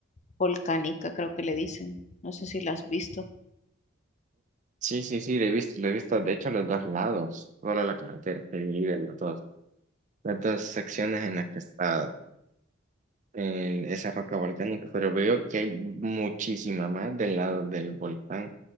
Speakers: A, on the left; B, on the right.
A: volcánica, creo que le dicen. No sé si la has visto.
B: Sí, sí, sí, lo he visto, lo he visto, de hecho, los dos lados, solo la carretera se divide en los dos, las dos secciones en las que está en esa roca volcánica, pero veo que hay muchísima más del lado del volcán